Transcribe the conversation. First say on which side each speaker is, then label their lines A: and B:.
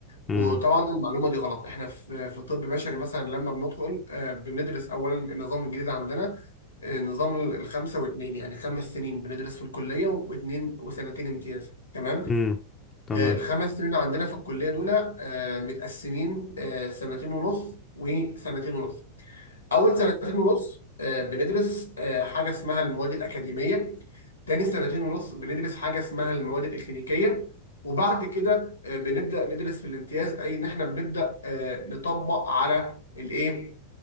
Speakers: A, on the left; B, on the left.
A: وطبعا
B: امم
A: المعلومه دي غلط احنا في في طب بشري مثلا لما بندخل آه، بندرس اولا النظام الجديد عندنا آه، نظام ال- الخمسه واثنين يعني خمس سنين بندرس في الكليه واثنين وسنتين امتياز تمام
B: امم تمام
A: آه، الخمس سنين عندنا في الكليه دول آه، متقسمين آه، سنتين ونص وسنتين ونص اول سنتين ونص آه، بندرس آه، حاجه اسمها المواد الاكاديميه تاني سنتين ونص بندرس حاجه اسمها المواد الاكلينيكيه وبعد كده آه، بنبدا ندرس في الامتياز اي ان احنا بنبدا آه، نطبق على الايه